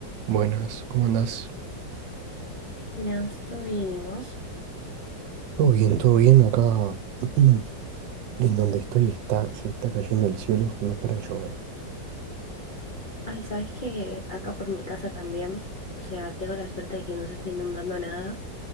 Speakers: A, on the right; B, on the left.
A: Buenas, ¿cómo andás?
B: Mira, estoy bien, ¿y vos?
A: Todo bien, todo bien. Acá <clears throat> en donde estoy está, se está cayendo el cielo, no para de llover.
B: Ay, ¿sabes que Acá por mi casa también, o sea, tengo la suerte de que no se está inundando nada,